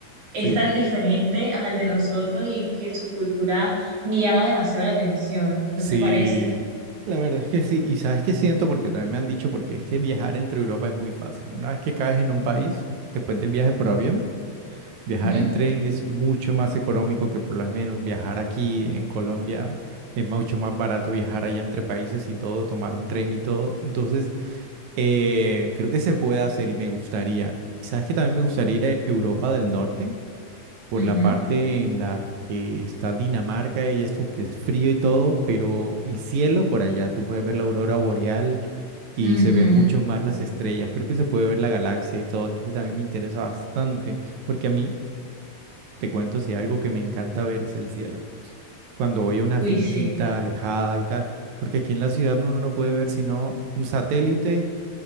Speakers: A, on the right; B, on the right.
A: es
B: Sí,
A: tan <laughs> diferente al de nosotros y que su cultura me llama demasiado la atención, ¿no
B: sí,
A: te parece?
B: la verdad es que sí. Y sabes qué siento, porque también me han dicho, porque es que viajar entre Europa es muy fácil. Una vez que caes en un país, después del viaje por avión, Viajar
A: Ujú,
B: en tren es mucho más económico que por lo menos viajar aquí en Colombia. Es mucho más barato viajar allá entre países y todo, tomar un tren y todo. Entonces, eh, creo que se puede hacer y me gustaría. ¿Sabes que también me gustaría ir a Europa del Norte? Por
A: ujú.
B: la parte en la que está Dinamarca y esto, que es frío y todo, pero el cielo por allá, tú puedes ver la aurora boreal y
A: Ujú,
B: se ven mucho más las estrellas. Creo que se puede ver la galaxia y todo. Entonces, también me interesa bastante, porque a mí... Te cuento si algo que me encanta ver es el cielo. Cuando voy a una
A: Uy,
B: finquita
A: sí.
B: alejada y tal, porque aquí en la ciudad uno no puede ver sino un satélite